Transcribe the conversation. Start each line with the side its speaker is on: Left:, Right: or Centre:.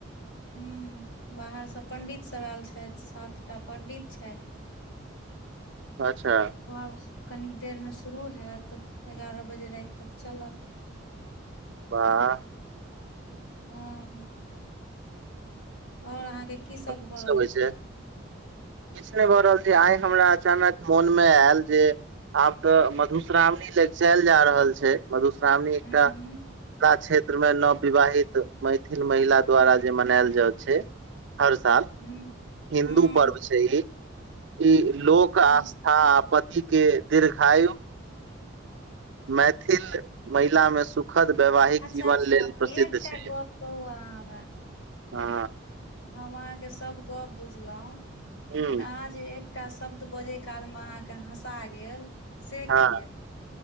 Left: हूं बाहर सऽ पंडित सब आयल छथि सात टा पंडित छथि <inaudible>
Right: अच्छा
Left: ओ आब कनिक देर मे शुरू हेऽत एगारह बजे राति तक चलत <inaudible>
Right: वाह
Left: हूं आओर अहाँके की सब
Right: तब
Left: भऽ रहल
Right: चलइ छै किछ नय भऽ रहल छै आइ हमरा अचानक मोन मे आयल जे आब तऽ मधुश्रावणी लगिचेऽल जा रहल छै मधुश्रावणी एकटा
Left: हूं हूं
Right: मिथिला क्षेत्र मे नव विवाहित मैथिल महिला द्वारा जे मनेऽल जाय छै हर साल
Left: हूं
Right: हिन्दू
Left: हूं
Right: पर्व छै ई ई लोक आस्था
Left: हँ
Right: आ पति के दीर्घायु मैथिल महिला मे सु खद वैवाहिक
Left: अच्छा
Right: जीवन
Left: अच्छा
Right: लेल प्रसिद्ध
Left: एकटा
Right: छै हँ
Left: गप कहू अहाँ हमरा हम अहाँके सब गप बुझलौं
Right: ह
Left: लेकिन आहा जे एकटा शब्द बजै काल मे अहाँके हँसा गेल से
Right: हँ
Left: किया